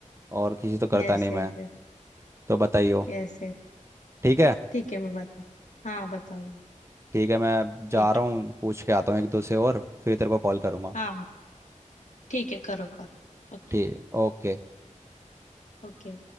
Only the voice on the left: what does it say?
yes
yes Yes
yes yes
ठीक है मैं बताऊँ हाँ बताऊंगी
ठीक
है
हाँ हाँ, ठीक है करो करो ओके
ओके